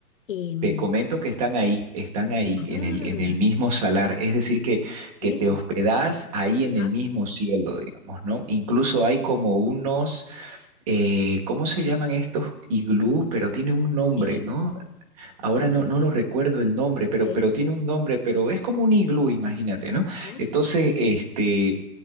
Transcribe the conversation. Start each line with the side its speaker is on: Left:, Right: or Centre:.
Left: Em,
Right: Te comento que están ahí, están ahí,
Left: ah,
Right: en el, en el mismo salar. Es decir, que, que
Left: sí,
Right: te hospedás ahí en el
Left: ah,
Right: mismo cielo, digamos, ¿no? Incluso hay como unos, eh, ¿cómo se llaman estos iglú? Pero tienen un nombre,
Left: sí,
Right: ¿no? Ahora no, no lo recuerdo el nombre, pero,
Left: sí,
Right: pero tiene un nombre, pero es como un iglú, imagínate, ¿no?
Left: ah,
Right: Entonces, este...